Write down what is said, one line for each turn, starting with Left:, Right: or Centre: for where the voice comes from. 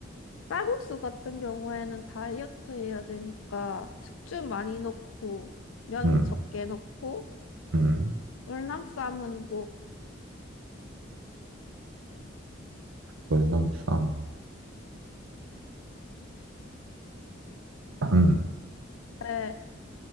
Left: 쌀국수 같은 경우에는 다이어트 해야 되니까, 숙주 많이 넣고, 면
Right: 응,
Left: 적게 넣고,
Right: 응.
Left: 월남쌈은 뭐,
Right: 월남쌈. 응,
Left: 에,